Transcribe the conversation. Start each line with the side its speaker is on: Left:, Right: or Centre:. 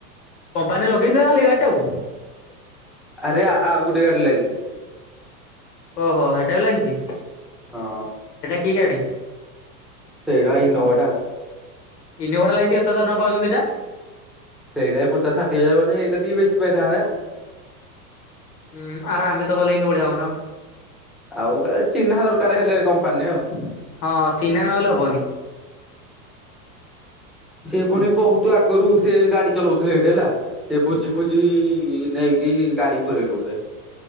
Left: କମ୍ପାନୀ ରେ ଲଗେଇଥିଲେ ଖାଲି ଗାଡିଟାକୁ?
Centre: ଆରେ ଆଉ ଗୋଟେ ଗାଡ଼ି ଲାଗିଚି।
Left: ଓହୋ ହେଇଟା ବି ଲାଗିଛି ହେଟା
Centre: ହଁ
Left: କି ଗାଡ଼ି?
Centre: ସେଇଟା ଇନୋଭା ଟା।
Left: ଇନୋଭା ଟା ଲାଗିଚି କେତେ ହଜାର ଟଙ୍କା ପାଉଛନ୍ତି ଏଟା?
Centre: ସେଇଟା ହେ ପଚାଶ ଷାଠିଏ ହଜାର ବୋଧେ ଏଇଟା ଟିକେ ବେଶୀ ପାଇଥାନ୍ତେ ଆଉ।
Left: ହୁଁ ଆରେ ଆମେ ତ କଲେ ଏମିତି ବଢିଆ ହବନା।
Centre: ଆଉ କା ଚିହ୍ନା ଦରକାର ହେଲେ କମ୍ପାନୀ ଆଉ।
Left: ହଁ ଚିହ୍ନା ନହେଲେ ହବନି।
Centre: ସେ ଫୁଣି ବହୁତ ଆଗରୁ ସେ ଗାଡି ଚଲଉଥିଲେ ହେଠେ ହେଲା। ସେ ବୁଝି ବୁଝି ନେଇକି ଗାଡି ପୁରେଇଲେ ଗୁଟେ।